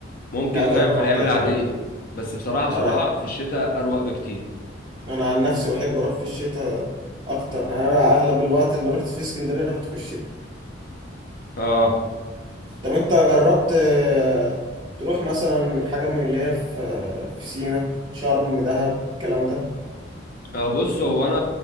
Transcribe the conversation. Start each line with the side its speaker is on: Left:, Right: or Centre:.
Left: ممكن
Right: لا
Left: فاهم
Right: جربها
Left: في الايام
Right: هتعجبك
Left: العاديه بس بصراحه بصراحه
Right: رايق
Left: في الشتاء اروق بكتير
Right: أنا عن نفسي بحب أروح في الشتاء أكتر أنا أغلب الوقت اللي رحت فيه اسكندرية رحت في الشتاء
Left: اه
Right: طب أنت جربت آه، تروح مثلا حاجة من اللي هي في في سينا شرم دهب الكلام ده
Left: أه بص هو انا